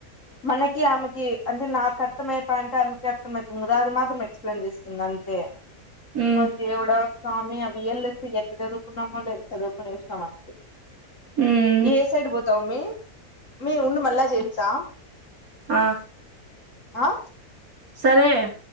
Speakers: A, on the left (about 55°); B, on the right (about 70°).
A: మనకి ఆమె కి అంటే నాకు అర్థం అయ్యే పాయింట ఆమెకి అర్థం అయితుంది కదా అది మాత్రం ఎక్స్ప్లెయిన్ చేస్తుంది అంతే అబ
B: ఉమ్,
A: దేవుడా స్వామి అ వి యల్ ఎసి ఎట్లా చదువుకున్నామో లే చదువుకునేష్ణం అంతే
B: ఉమ్.
A: ఏ సైడ్ బోతావ్ మ్మీ మీ వుండు మళ్ళా చేస్తా
B: ఆ
A: ఆ
B: సరే